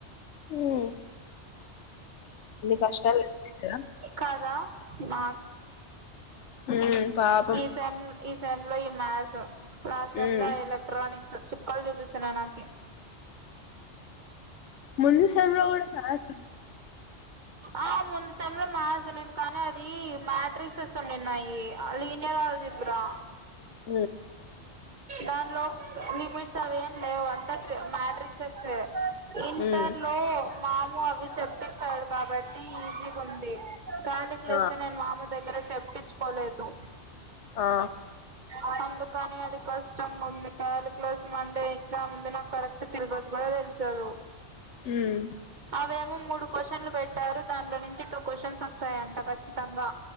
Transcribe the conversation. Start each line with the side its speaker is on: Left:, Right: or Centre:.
Left: ఉమ్ ఇన్ని కష్టాలు కదా
Right: కదా నా
Left: ఉమ్ పాపం
Right: ఈ సెమ్ ఈ సెమ్ లో ఈ మాస్ స లాస్ట్ సెమ్
Left: ఉమ్
Right: లో ఎలక్ట్రానిక్స్. చుక్కలు చూపిస్తున్నాయి నాకి
Left: ముందు సేమ్ లో కూడా ఇట్ల కాస
Right: ఆ ముందు సెమ్ లో మ్యాథ్స్ ఉండింది కానీ అది మ్యాట్రిక్స్ ఎస్ ఉండిన్నాయి లీనియలజీ బ్రా
Left: హ
Right: దానిలో లిపిడ్స్ అవేం లేవు అంత మాడ్రిస్ ఇంటర్
Left: ఉమ్
Right: లో మాము అవి చెప్పి వచ్చాడు కాబట్టి ఈజీగుంది. కాలిక్లేషన్
Left: ఆ
Right: నేన్ మామ దగ సరే చెప్పక ర్చుకోలేదు
Left: ఆ
Right: ఆనందం అ అది కష్టంగుంది కాలుక్యులేస్ మండే ఎగ్జామ్ ఉంది. నాకు కరెక్ట్ సిలబస్ కూడా తెలుసదు
Left: ఉమ్
Right: అవేమో మూడు కోశన్లు పెట్టారు దాంట్లో నుంచి చెప్పు క్వశన్స్ వస్తాయంట కచ్చితంగా